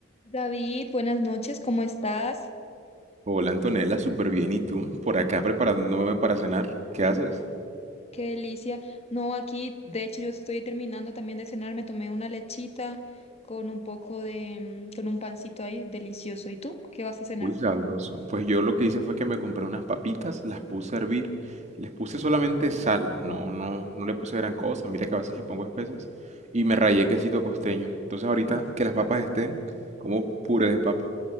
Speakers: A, on the left; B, on the right.
A: David, buenas noches, ¿cómo estás?
B: Hola Antonella, súper bien. ¿Y tú? Por acá preparándome para cenar. ¿Qué haces?
A: Qué delicia. No, aquí, de hecho, yo estoy terminando también de cenar, me tomé una lechita con un poco de, mm, con un pancito ahí, delicioso. ¿Y tú? ¿Qué vas a cenar?
B: Muy sabroso. Pues yo lo que hice fue que me compré unas papitas, las puse a hervir, les puse solamente sal, no, no, no le puse gran cosa. Mira que a veces le pongo especias y me rayé
A: Sí.
B: quesito costeño. Entonces ahorita
A: Uf,
B: que las papas estén, como puré de papa.